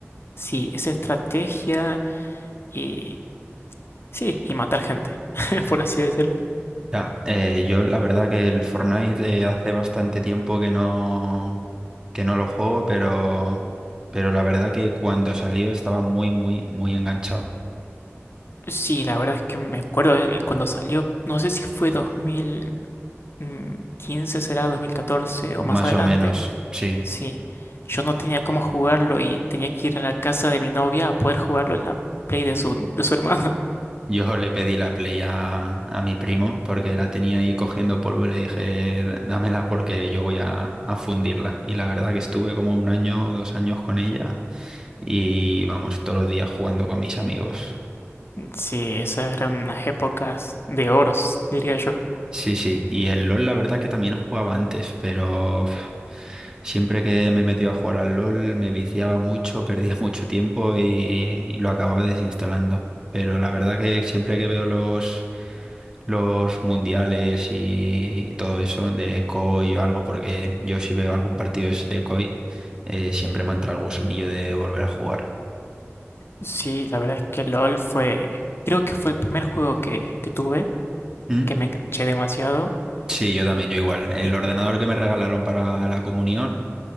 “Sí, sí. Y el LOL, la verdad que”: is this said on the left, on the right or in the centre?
Right